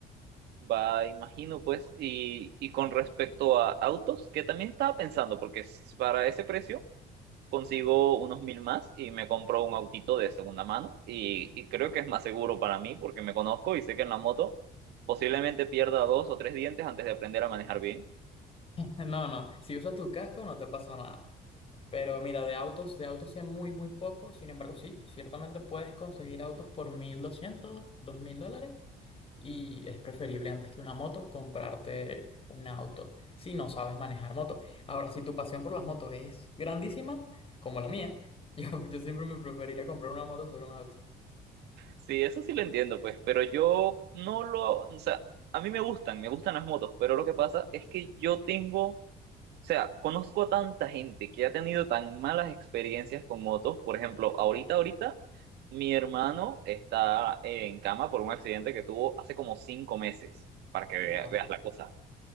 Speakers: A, on the right (about 75°); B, on the left (about 35°).
A: Va, imagino pues, y, y con respecto a autos, que también estaba pensando, porque s- para ese precio... consigo unos mil más y me compro un autito de segunda mano y, y creo que es más seguro para mí porque me conozco y sé que en la moto posiblemente pierda dos o tres dientes antes de aprender a manejar bien.
B: <laughs> No, no, si usas tu casco no te pasa nada. Pero mira, de autos, de autos sé muy, muy poco. Sin embargo, sí, ciertamente puedes conseguir autos por mil doscientos, dos mil dólares. Y es preferible antes que una moto comprarte un auto si no sabes manejar moto. Ahora, si tu pasión por las motos es grandísima, como la mía, <laughs> yo, yo siempre me preferiría comprar una moto sobre un auto.
A: Sí, eso sí lo entiendo, pues, pero yo no lo, o sea, a mí me gustan, me gustan las motos, pero lo que pasa es que yo tengo O sea, conozco a tanta gente que ha tenido tan malas experiencias con motos. Por ejemplo, ahorita, ahorita, mi hermano está en cama por un accidente que tuvo hace como cinco meses, para que vea-
B: Ah,
A: veas la cosa.